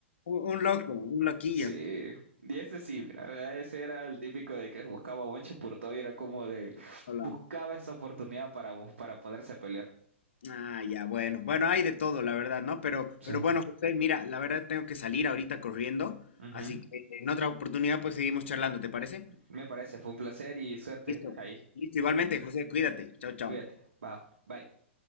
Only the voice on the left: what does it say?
Un un loco, un loquillo.
Hola.
Ah, ya, bueno. Bueno, hay de todo, la verdad, ¿no? Pero,
pero bueno, José, mira, la verdad tengo que salir ahorita corriendo,
así que en otra oportunidad pues seguimos charlando, ¿te parece?
Listo.
Listo, igualmente, José, cuídate. Chao, chao.